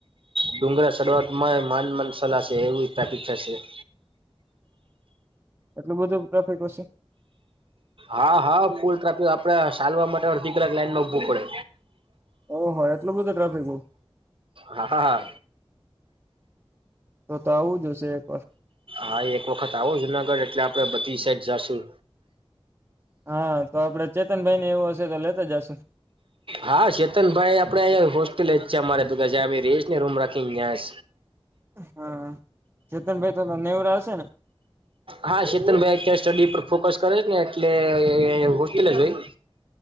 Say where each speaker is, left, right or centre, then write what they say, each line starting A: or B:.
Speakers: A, on the right (about 65°); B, on the right (about 20°).
A: ડુંગરા શરૂઆત માં માન મન સલાશે એવી પ્રાપ થશે હ
B: એટલું બધું ટ્રાફિક હશે
A: હા હા ફૂલ ટ્રાફી આપડે ચાલવા માટે અડધી કલાક લાઈન ન ઉભું પડે
B: ઓહો એટલું બધું ટ્રાફિક હોય
A: હા હા હા
B: તો તો આવું જ હશે એકવાર
A: હા એક વખત આવો જુનાગઢ એટલે આપડે બધી સાઈડ જાશું
B: હા તો આપડે ચેતનભાઈ ને એવું હશે તો લેતા જશું
A: હા ચેતનભાઈ આપડે હોસ્ટેલ જ છે અમારે રેશને રૂમ રાખીને <inaudible>
B: હા ચેતનભાઈ તો નેવરા હશે ને
A: હા ચેતન ભાઈ અત્યારે સ્ટડી પર ફોકસ કરે છે ને એટલે હોસ્ટેલ જ હોય